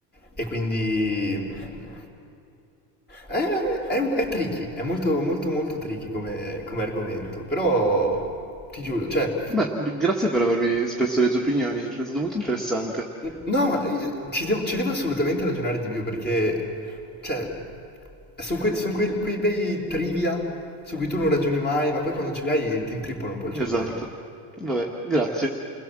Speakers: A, on the left; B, in the centre.
A: e quindi... mm, eh, È, un- è tricky, è molto molto molto tricky come, come argomento, però ti giuro, cioè,
B: Beh, grazie per avermi espresso le tue opinioni, è stato molto interessante.
A: no, eh, ci devo, ci devo assolutamente ragionare di più perché, cioè, sono quei bei trivia su cui tu non ragioni mai, ma poi quando ce l'hai ti intrippola un po' il
B: Esatto.
A: cervello.
B: Vabbè, grazie.